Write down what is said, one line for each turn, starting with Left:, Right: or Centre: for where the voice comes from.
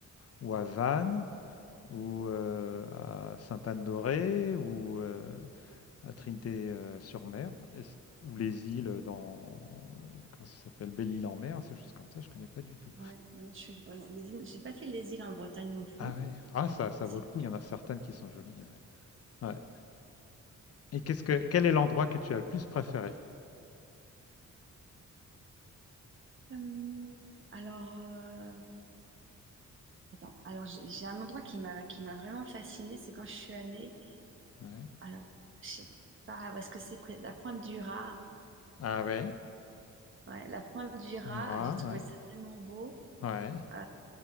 Left: ou à Vannes, ou euh, à Sainte-Anne-d'Auray, ou euh, à Trinité-sur-Mer, ou les îles dans. Comment ça s'appelle Belle-Île-en-Mer, ces choses comme ça, je ne connais pas du tout.
Right: Ouais, non je suis- ouais, non, les îles- j'ai pas fait les îles en Bretagne non plus.
Left: Ah ouais, ah, ça, ça
Right: C'est
Left: vaut le coup, il y en a certaines qui sont jolies. Ouais. Ouais. Et qu'est-ce que, quel est l'endroit que tu as le plus préféré
Right: comme- alors euh, attends, alors j'ai j'ai un endroit qui m'a qui m'a vraiment fascinée, c'est quand je suis allée.
Left: ouais.
Right: Alors, je sais pas, est-ce que c'est près la pointe du Raz?
Left: Ah ouais,
Right: Ouais, la pointe du Raz,
Left: Mira,
Right: j'ai trouvé
Left: ouais.
Right: ça tellement beau.
Left: Ouais.
Right: Euh,